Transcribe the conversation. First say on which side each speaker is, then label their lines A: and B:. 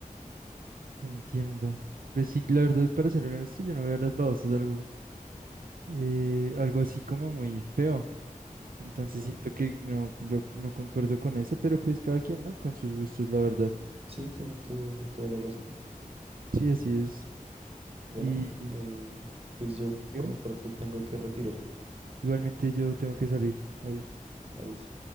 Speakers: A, on the right; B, on the right.
A: Entiendo. Pues sí, la verdad, para ser honesto, yo no veo las babosas algo, eh, algo así como muy feo. Entonces
B: ¿no?
A: siento que no, lo- no concuerdo con eso, pero pues cada quien, ¿no? Con sus gustos, la verdad.
B: Sí, tiene todo, toda la razón.
A: Sí, así es.
B: Bueno,
A: Y
B: eh, pues yo
A: dígame,
B: por mi parte tengo que retirarme.
A: igualmente yo tengo que salir. Adiós.
B: Adiós.